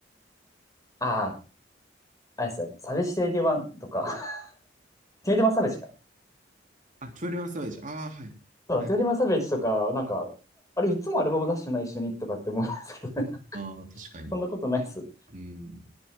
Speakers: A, on the left; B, on the right.
A: ああ、あれですよね、サベジワンとか、<laughs> 2マサベジか。
B: あ、21サベージ。ああ、はい。
A: そう、
B: はい。
A: 2マサベジとか、なんか、あれ、いつもアルバム出してない一緒にとかって思うんですけどね。<laughs>
B: ああ、確かに。
A: そんなことないです。
B: うん。